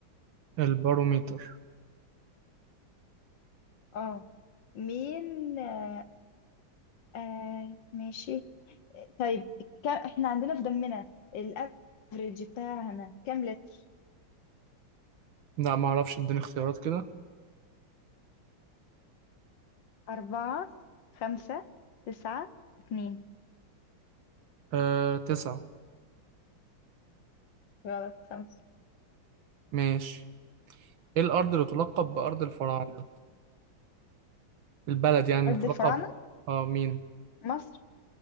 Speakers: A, on the right; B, on the left.
A: الباروميتر
B: اه مين آه آه ماشي طيب كم احنا عندنا في دمنا الافريج بتاعنا كام لتر
A: لا معرفش اديني اختيارات كده
B: أربعة خمسة تسعة اتنين
A: آه تسعة
B: غلط خمسة
A: ماشي ايه الارض اللي تلقب بارض الفراعنة البلد يعني اللي
B: أرض
A: تلقب
B: الفراعنة
A: اه مين
B: مصر